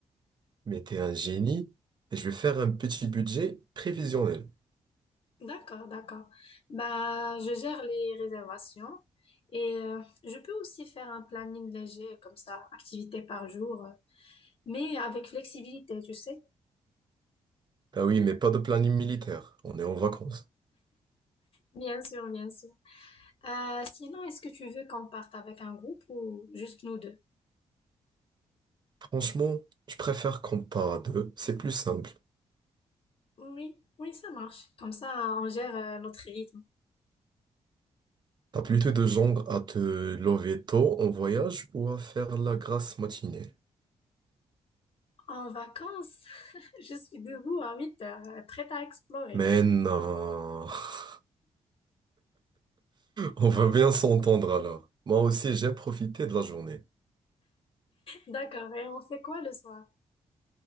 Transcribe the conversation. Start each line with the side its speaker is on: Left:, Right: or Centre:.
Right: Mais t'es un génie et je vais faire un petit budget prévisionnel.
Left: D'accord, d'accord. Bah, je gère les réservations et euh, je peux aussi faire un planning léger comme ça, activité par jour, euh, mais avec flexibilité, tu sais.
Right: Ah oui, mais pas de planning militaire. On est en vacances.
Left: Bien sûr, bien sûr. Euh, sinon, est-ce que tu veux qu'on parte avec un groupe ou juste nous deux?
Right: Franchement, je préfère qu'on part à deux. C'est plus simple.
Left: Oui, oui, ça marche. Comme ça, on gère euh, notre rythme.
Right: T'as plutôt de genre à te lever tôt en voyage ou à faire la grasse matinée.
Left: En vacances, <laughs> je suis debout à 8 heures, euh, prête à explorer.
Right: Mais non. <laughs> On va bien s'entendre alors. Moi aussi, j'ai profité de la journée.
Left: D'accord, et on fait quoi le soir?